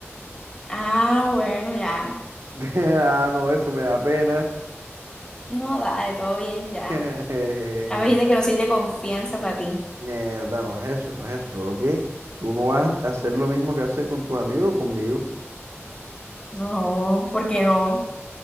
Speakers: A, on the left; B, on the right.
A: Ah, bueno, ya.
B: <laughs> Ah, no, eso me da pena.
A: No, dale, todo bien, ya.
B: <laughs>
A: Ya me dijiste que no soy de confianza para ti.
B: Mierda, no es eso, no es eso. Solo que tú no vas a hacer lo mismo que haces con tus amigos o conmigo.
A: No, ¿por qué no?